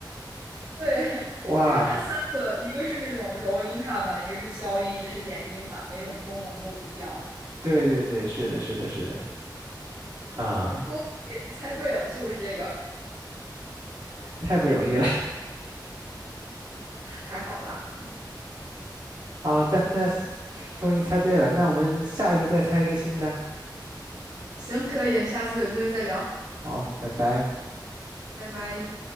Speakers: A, on the right; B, on the right.
A: 对，<laughs>
B: 哇，
A: 因为它三个，一个是那种柔音踏板，一个是消音，一个是延音嘛，每种功能都不一样。
B: 对对对，是的，是的，是的，啊，
A: 恭喜你猜对了，就是这个，
B: 太不容易了。<laughs>
A: 还好啦。
B: 好的，那终于猜对了，那我们下一次再猜一个新的。
A: 行，可以，下次有机会再聊，
B: 好，拜拜。
A: 拜拜。